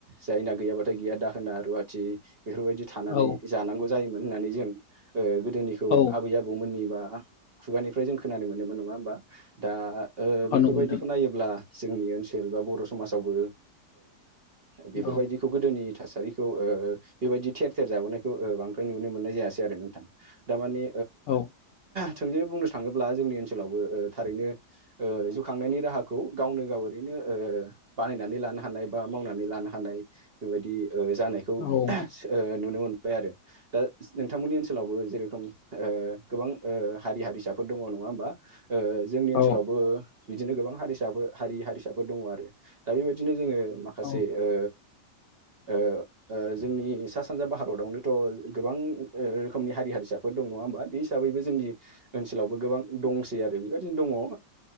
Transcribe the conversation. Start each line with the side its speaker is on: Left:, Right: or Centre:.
Right: जायना गैयाबाथाय गैया दाहोना रुवाथि बेफोरबायदि थानानै
Left: औ
Right: जानांगौ जायोमोन होननानै जों गोदोनिखौ
Left: औ
Right: आबै आबौमोननिबा खुगानिफ्राय जों खोनानो मोनोमोन नङा होमबा दा बेफोरबायदिखौ
Left: औ नंगौ नोंथां
Right: नायोब्ला जोंनि ओनसोल बा बर' समाजावबो बेफोरबायदि
Left: औ
Right: बेखौ गोदोनि थासारिखौ बेबायदि थेर थेर जाबोनायखौ बांद्राय नुनो मोननाय जायासै आरो नोंथां थारमाने
Left: औ
Right: थोंजोे बुंनो थाङोब्ला जोंनि ओनसोलावबो थारैनो जउखांनायनि राहाखौ गावनो गाव ओरैनो बानायनानै लानो हानाय बा मावनानै लानो हानाय बेबायदि जानायखौ
Left: औ
Right: नुनो मोनबाय आरो दा नोंथांमोननि ओनसोलावबो जेरोखम गोबां हारि हारिसाफोर दङ नङा होमबा ओ जोंनि ओनसोलावबो
Left: औ
Right: बिदिनो गोबां हारिसाफोर हारि हारिसाफोर दङ आरो दा बेबायदिनो जोंङो माखासे
Left: औ
Right: ओ ओ जोंनि सा सानजा भारतआवनोथ' गोबां रोखोमनि हारि हारिसाफोर दं नंङा होमबा बे हिसाबैबो जोंनि ओनसोलावबो गोबां दंसै आरो आरो बेबायदिनो दङ जों